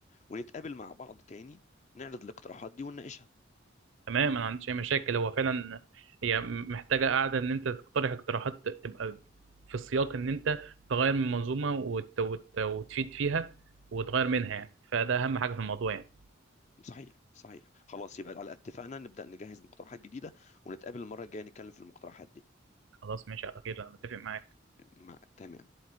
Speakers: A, on the left; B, on the right.
A: ونتقابل مع بعض تاني نعرض الاقتراحات دي ونناقشها
B: تمام انا ما عنديش اي مشاكل هو فعلا هي محتاجه قاعده ان انت تقترح اقتراحات تبقى في السياق ان انت تغير من منظومه وت... وت... وتفيد فيها وتغير منها يعني فده اهم حاجه في الموضوع يعني
A: صحيح صحيح خلاص يبقى على اتفقنا نبدأ نجهز مقترحات جديدة ونتقابل المرة الجاية نتكلم في المقترحات دي
B: خلاص ماشي على خير انا متفق معاك
A: مع تمام